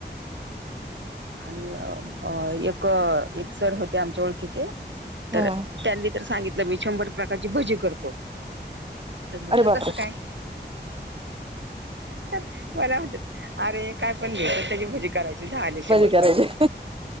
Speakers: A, on the right; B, on the right.
A: आणि एक एक सर होते आमच्या ओळखीचे तर
B: हम्म
A: त्यांनी ज सांगितलं मी शंभर प्रकारची भजी करतो तर म्हटलं
B: अरे बापरे
A: कस काय तर मला म्हणटात अरे काय पण घे प त्याची भुजी करायची झाली श मर
B: कयचे